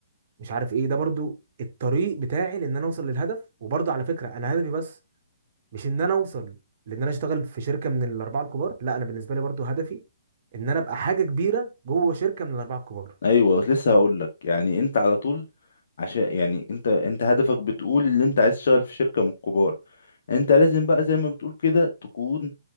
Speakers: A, on the right; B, on the left.
A: مش عارف ايه ده برضو الطريق بتاعي لان انا اوصل للهدف وبرضو على فكره انا هدفي بس مش ان انا اوصل لان انا اشتغل في شركه من الاربعه الكبار لا انا بالنسبه لي برضو هدفي ان انا ابقى حاجه كبيره جوه شركه من الاربعه الكبار
B: ايوه لسه هقول لك يعني انت على طول عشان يعني انت انت هدفك بتقول ان انت عايز تشتغل في شركه من الكبار انت لازم بقى زي ما بتقول كده تكون